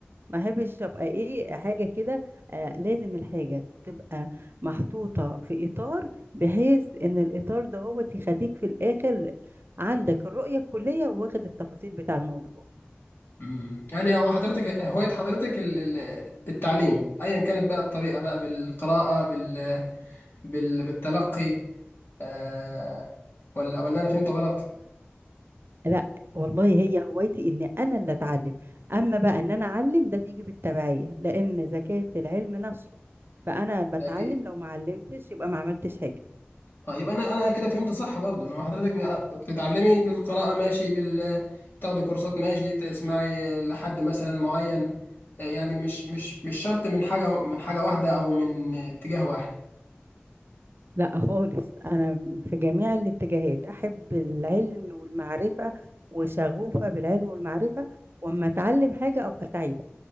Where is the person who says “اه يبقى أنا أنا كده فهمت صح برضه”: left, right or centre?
Left